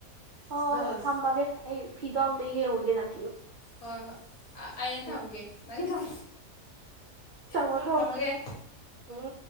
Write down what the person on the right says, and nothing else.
ꯍꯣꯏ
ꯊꯝꯃꯒꯦ ꯑꯩ ꯐꯤꯗꯣ ꯑꯃꯝꯇ ꯌꯦꯡꯉꯨꯒꯦ ꯅꯝ
ꯎꯝ
ꯊꯝꯃꯣ
ꯊꯝꯃꯣ
ꯎꯝ